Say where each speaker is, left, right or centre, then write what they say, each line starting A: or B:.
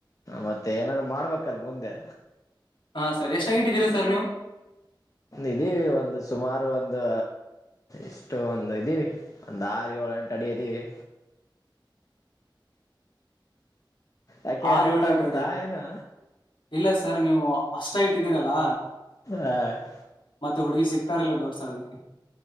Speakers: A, on the left (about 40°); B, on the left (about 70°).
A: ಮತ್ತೆ ಏನಾದಾರರು ಮಾಡ್ಬೇಕಲ್ ಮುಂದೆ.
B: ಹಾ ಸರ್ ಎಷ್ಟ ಹೈಟ್ ಇದೀರಾ ಸರ್ ನೀವು.
A: ಇದೀವಿ ಒಂದು ಸುಮಾರು ಒಂದು ಇಷ್ಟು ಒಂದ ಇದೀವಿ ಒಂದ ಆರ ಯೋಳ. ಎಂಟ ಅಡಿ ಇದೀವಿ. ಯಾಕೆ
B: ಆರ್
A: ಡೌಟ್
B: ಏಳು
A: ಆಗ್ಬಿಡ್ತಾ
B: ಎಂಟು ಅಡಿ
A: ಏನು.
B: ಇಲ್ಲ ಸರ್ ನೀವು ಅಷ್ಟ ಹೈಟ್ ಇದಿರಲ್ಲ
A: ಹಾ
B: ಮತ್ತೆ ಹುಡುಗಿ ಸಿಗ್. ರಲ್ಲ ಡೌಟ್ ಸರ್ ಅದಕ್ಕೆ